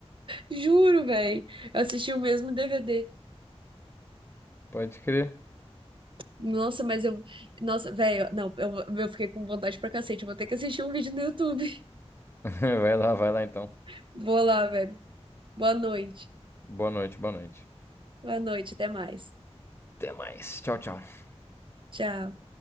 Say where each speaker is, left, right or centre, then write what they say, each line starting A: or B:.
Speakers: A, on the right; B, on the left.
A: juro, velho. Eu assisti o mesmo DVD.
B: Pode crer.
A: Nossa, mas eu. Nossa, velho, não, eu, eu fiquei com vontade pra cacete. Eu vou ter que assistir um vídeo no YouTube.
B: <laughs> Vai lá, vai lá então.
A: <laughs> Vou lá, velho. Boa noite.
B: Boa noite, boa noite.
A: Boa noite, até mais.
B: Até mais. Tchau, tchau.
A: Tchau.